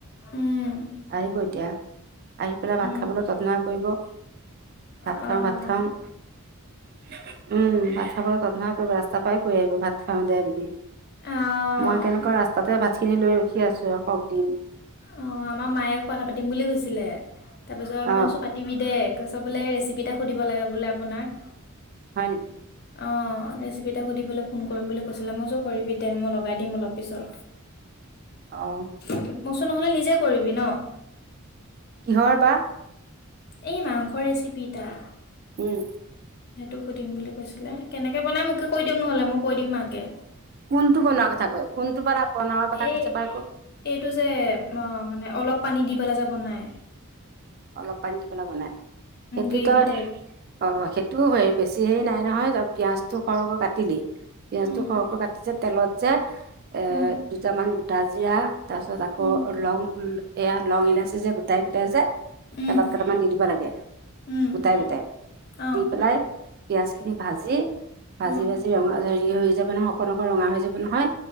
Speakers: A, on the left; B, on the right.
A: উম,
B: আহিব এতিয়া। আহি পেলাই
A: উম,
B: ভাত খাবলৈ যত্ন কৰিব, ভাত
A: অ',
B: খাওঁ ভাত খাওঁ উম ভাত খাবলৈ ততন কৰিব ৰাস্তাৰ পাই কৈ আহিব ভাত খাওঁ দে বুলি।
A: অ'।
B: মই কেনেকুৱা ৰাস্তাতে ভাতখিনি লৈ ৰখি আছো আৰু সক দিন।
A: অ আমাৰ মায়ে আকৌ কথা পাতিম বুলি কৈছিলে, তাৰপিছত
B: অ
A: মই কৈছোঁ পাতিবি দে কৈছ বোলে ৰেচিপিটা সুধিব লাগে বোলে আপোনাৰ।
B: হয় নেকি?
A: অ ৰেচিপি এটা সুধিবলৈ ফোন কৰিম বুলি কৈছিলে মই কৈচো কৰিবি দে মই লগাই দিম অলপ পিছত।
B: অ
A: <unintelligible> মই কৈচো নহলে নিজে কৰিবি ন।
B: কিহৰ বা
A: এই মাংসৰ ৰেচিপিটা।
B: উম।
A: সেইটো সুধিম বুলি কৈছিলে কেনেকে বনাই মোকে কৈ দিয়ক নহলে মোক কৈ দিম মাকে।
B: কোনটো বনোৱাৰ কথা কৈ কোনটো বা বনোৱাৰ কথা
A: এই
B: কৈছে বা আকৌ?
A: এইটো যে অ মানে অলপ পানী দি পেলাই যাব নাই।
B: অলপ পানী দি পেলাই বনাই, সেইটো
A: গ্ৰেভি
B: তই
A: টাইপ।
B: অ সেইটো হয়। বেছি হেৰি নাই নহয় পিয়াজটো সৰহকৈ কাটিলি, পিয়াজটো
A: উম,
B: সৰহকৈ কাটি যে তেলত যে এ
A: উম,
B: দুটামান গোটা জিৰা, তাৰপিছত আকৌ
A: উম,
B: লং ল এয়া লং ইলাচী যে গোটাই গোটাই যে
A: উম,
B: তেলত কেইটামান দি দিব লাগে।
A: উম,
B: গোটাই গোটাই
A: অ',
B: দি পেলাই পিয়াজ খিনি ভাজি, ভাজি
A: অ',
B: ভাজি ৰঙা হেৰি হৈ যাব নহয় অকণ অকন ৰঙা হৈ যাব নহয়